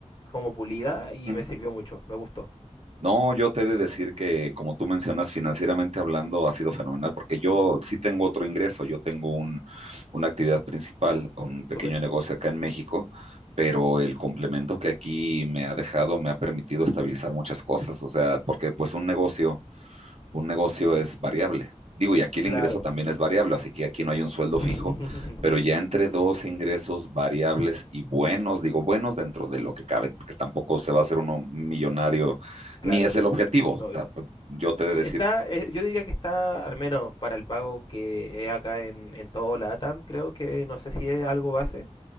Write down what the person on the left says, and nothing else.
como pulida y
me sirvió mucho, me gustó,
súper.
Claro.
<laughs>
Claro,
obvio.
Está,
eh, yo diría que está, al menos para el pago que es acá en, en todo la ATAM, creo que no sé si es algo base,